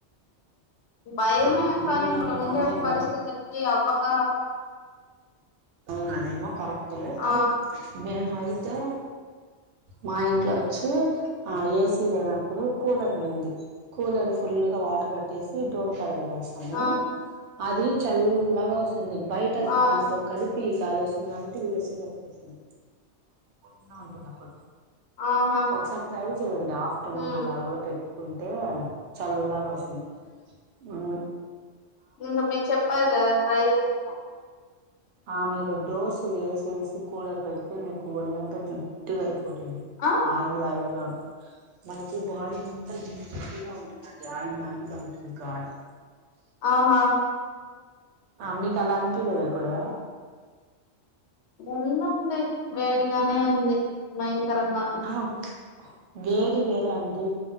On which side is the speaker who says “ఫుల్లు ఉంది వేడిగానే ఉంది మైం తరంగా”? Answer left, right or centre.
Left